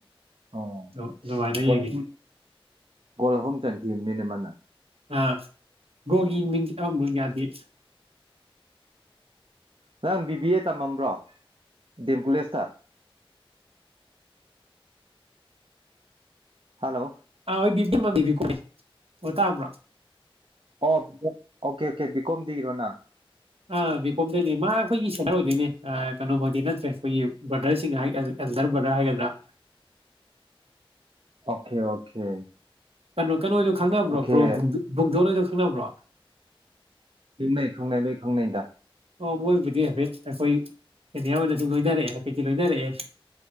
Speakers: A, on the right; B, on the right.
A: ꯑꯣ
B: ꯑꯗꯨ ꯑꯗꯨꯃꯥꯏꯅ
A: ꯒꫭꯜ
B: ꯌꯦꯡꯉꯤ
A: ꯑꯍꯨꯝ ꯒꫭꯜ ꯑꯍꯨꯝ ꯆꯟꯈꯤꯕꯅꯤꯅꯦ ꯃꯥꯅ
B: ꯑꯥ ꯒꫭꯒꯤ ꯃꯤꯡ ꯑꯝꯕꯧ ꯌꯥꯗꯦ
A: ꯅꯪ ꯕꯤꯕꯤ ꯑꯦ ꯇꯝꯃꯝꯕ꯭ꯔꯣ ꯗꯦꯝ ꯀꯨꯂꯦꯁꯇ ꯍꯜꯂꯣ
B: <unintelligible> ꯑꯣ ꯇꯕ꯭ꯔꯥ
A: ꯑꯣꯕꯤ <unintelligible> ꯑꯣꯀꯦ ꯑꯣꯀꯦ ꯕꯤꯀꯣꯝꯗꯤ ꯔꯣꯅꯥ
B: ꯑ ꯕꯤ ꯀꯣꯝꯗꯩꯅꯦ ꯃꯥ ꯑꯩꯈꯣꯏꯒꯤ ꯁꯦꯅꯤꯌꯥꯔ ꯑꯣꯏꯗꯣꯏꯅꯦ ꯀꯩꯅꯣꯃꯗꯤ ꯅꯠꯇ꯭ꯔꯦ ꯑꯩꯈꯣꯏꯒꯤ ꯕ꯭ꯔꯗꯔꯁꯤꯡ ꯍꯥꯏ ꯑ ꯑꯜꯗꯔ ꯕ꯭ꯔꯗꯔ ꯍꯥꯏꯒꯗ꯭ꯔꯥ
A: ꯑꯣꯀꯦ ꯑꯣꯀꯦ
B: ꯀꯅꯨꯠ ꯀꯩꯅꯣ ꯍꫭꯏꯗꫭ ꯈꯪꯅꯕ꯭ꯔꯣ
A: ꯑꯣꯀꯦ
B: ꯕ꯭ꯔꯣ ꯕꯨꯡꯗꯣꯟꯍꫭꯏꯗꯣ ꯈꯪꯅꯕ꯭ꯔꯣ
A: ꯈꯪꯅꯩ ꯈꯪꯅꯩ ꯂꯣꯏ ꯈꯪꯅꯩꯗ
B: ꯑꯣ ꯃꯣꯏꯕꯨꯗꯤ ꯍꯥꯏꯐꯦꯠ ꯑꯩꯈꯣꯏ ꯁꯦꯅꯤꯌꯔ ꯑꯣꯏꯅ ꯁꯨꯝ ꯂꯣꯏꯅꯔꯛꯑꯦ ꯍꯥꯏꯐꯦꯠꯇꯤ ꯂꯣꯏꯅꯔꯛꯑꯦ